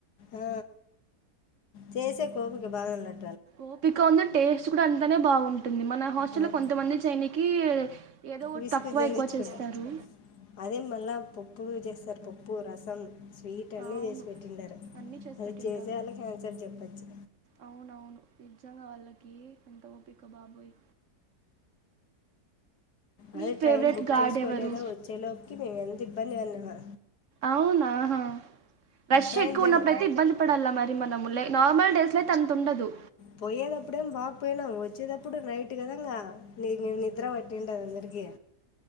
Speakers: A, on the left; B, on the right.
A: ఆ చేసేకి ఓపిక బాగున్నట్టు
B: ఓపిక ఉంద టేస్ట్ కూడా అంతానే బాగుంటుంది మన హాస్టల్
A: ఆ,
B: లో కొంతమంది చేయనికి ఏదోటి ఒక
A: విసుగు
B: తక్కువ
A: చెందించుకుంటా
B: ఎక్కువ చేస్తారు
A: అదే మళ్ళీ పప్పు చేస్తారు పప్పు రసం స్వీట్ అన్ని
B: అవును
A: చేసి పెట్టింటారు
B: అన్నీ చేసి
A: అది
B: పెట్టింటారు
A: చేసేవాళ్ళకి హాండ్స్ ఆఫ్ చెప్పచ్చు
B: అవునవును నిజంగా వాళ్ళకి ఎంత ఓపిక బాబోయ్ మీ
A: అదే
B: ఫేవరెట్
A: ట్రైన్ బుక్
B: గాడ్
A: చేసుకోలేదా
B: ఎవరు
A: వచ్చే లోపకి మేము ఎంత ఇబ్బంది పడినామా
B: అవునాహా రష్
A: ట్రైన్
B: ఎక్కువ
A: జన్
B: ఉన్నప్పుడుయితే ఇబ్బంది పడాలా మరి మనము నార్మల్ డేస్ లో అయితే అంత ఉండదు.
A: పోయ్యేదఅప్పుడే బగ్ పోయినాం వచ్చేది అప్పుడు నైట్ గదాంగా నిక్ మేం నిద్ర పట్టింట అందరికీ